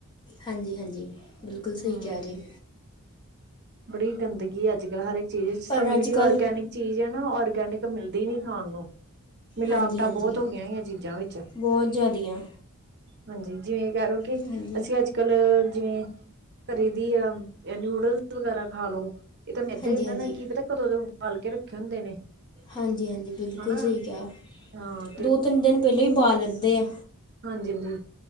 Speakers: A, on the left; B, on the right.
A: ਹਾਂਜੀ-ਹਾਂਜੀ, ਬਿਲਕੁਲ ਸਹੀ
B: ਹਮ
A: ਕਹਿ ਰਹੇ ਓ।
B: ਬੜੀ ਗੰਦਗੀ ਹੈ ਅੱਜ-ਕੱਲ ਹਰ ਇੱਕ ਚੀਜ਼'ਚ, ਸਾਨੂੰ
A: ਪਰ ਅੱਜ
B: ਜਿਹੜੀ
A: ਕੱਲ੍ਹ
B: ਔਰਗੈਨਿਕ ਚੀਜ਼ ਹੈ ਨਾ, ਔਰਗੈਨਿਕ ਮਿਲਦੀ ਨੀ ਖਾਣ ਨੂੰ। ਮਿਲਾਵਟਾਂ
A: ਹਾਂਜੀ ਹਾਂਜੀ
B: ਬਹੁਤ ਹੋ ਗਈਆਂ ਹੋਈਆਂ ਚੀਜ਼ਾਂ ਵਿੱਚ।
A: ਬਹੁਤ ਜ਼ਿਆਦੀਆਂ
B: ਹਾਂਜੀ, ਜਿਵੇਂ ਇਹ ਕਹਿਲੋ ਕਿ,
A: ਹਾਂਜੀ
B: ਅਸੀਂ ਅੱਜ ਕਲਰ, ਜਿਵੇਂ ਘਰੀ ਦੀਆ, ਨੂਡਲ ਵਗੈਰਾ ਖਾਲੋ। ਇਹ ਤਾਂ ਮੈਦਾ
A: ਹਾਂਜੀ
B: ਈ ਹੁੰਦਾ
A: ਹਾਂਜੀ
B: ਨਾ, ਕੀ ਪਤਾ ਕਦੋਂ ਦੇ ਉਬਾਲਕੇ ਰੱਖੇ ਹੁੰਦੇ ਨੇ।
A: ਹਾਂਜੀ-ਹਾਂਜੀ, ਬਿਲਕੁਲ
B: ਹਨਾ
A: ਸਹੀ ਕਿਹਾ,
B: ਹਾਂ
A: ਦੋ-ਤਿੰਨ ਦਿਨ ਪਹਿਲਾਂ ਹੀ ਓਬਾਲ ਲੀਂਦੇ ਆ।
B: ਹਾਂਜੀ-ਹਾਂਜੀ,